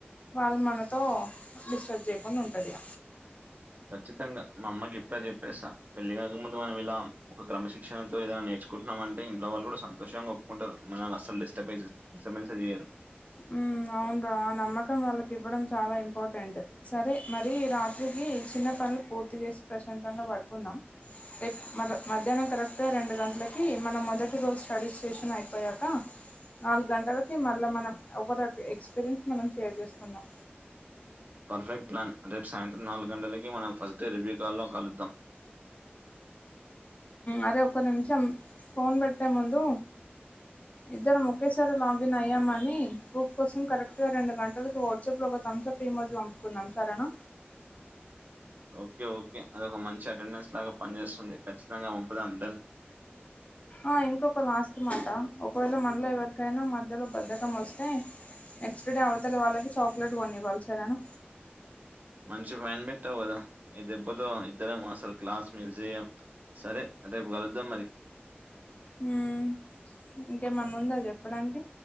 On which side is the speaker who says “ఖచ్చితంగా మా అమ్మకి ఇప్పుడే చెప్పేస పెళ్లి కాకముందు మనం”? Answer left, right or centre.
Right